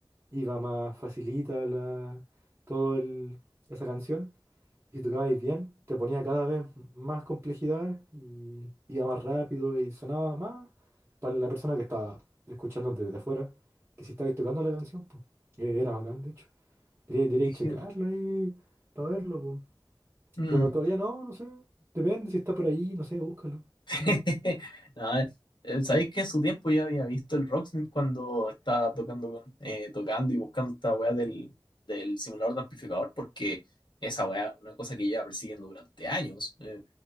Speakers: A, on the right; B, on the left.
A: iba más facilita la, todo el, esa canción si tocabais bien, te ponía cada vez más complejidades y iba más rápido y sonaba más para la persona que estaba escuchando desde afuera, que si estabais tocando la canción, pues eh, era bacán, de hecho. Deberíais, deberíais
B: Dije,
A: chequearlo ahí para verlo, pues.
B: "Mm,
A: Pero todavía no, no sé. Depende si está por ahí, no sé, búscalo.
B: <laughs> No, eh, sabéis que en su tiempo ya había visto el Rocksmith cuando estaba tocando, con- eh, tocando y buscando esta weá del, del simulador de amplificador, porque esa weá, es una cosa que lleva persiguiendo durante años. eh.